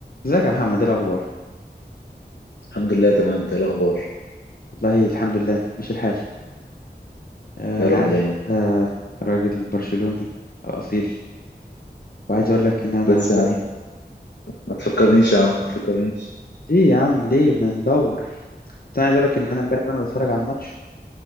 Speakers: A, on the left (about 55°); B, on the left (about 85°).
A: ازيك يا محمد ايه الاخبار
B: الحمد لله تمام ده الاخبار
A: والله الحمد لله مش الحال آه،
B: يا
A: انا
B: رب
A: عارف
B: دايما
A: ان انت راجل برشلوني اصيل وعايز اقول لك ان انا
B: بس
A: امبارح
B: يا عم ما تفكرنيش يا عم ما تفكرنيش
A: ليه يا عم ليه ما ندور بس انا عايز اقول لك ان انا امبارح وانا بتفرج على الماتش